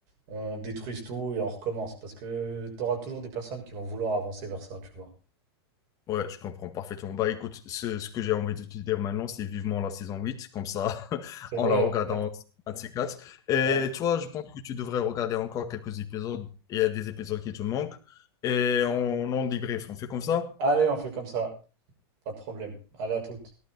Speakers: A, on the right; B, on the left.
A: on détruise tout et on recommence. Parce que tu auras toujours des personnes qui vont vouloir avancer vers ça, tu vois.
B: Ouais, je comprends parfaitement. Bah écoute, ce, ce que j'ai envie de te dire maintenant, c'est vivement la saison 8, comme ça, <laughs>
A: C'est
B: on
A: vrai.
B: la regarde
A: ouais.
B: en 24. Et
A: ouais.
B: toi, je pense que tu devrais regarder encore quelques épisodes. Il y a des épisodes qui te manquent. Et on en débrief, on fait comme ça?
A: Allez, on fait comme ça. Pas de problème. Allez, à toutes.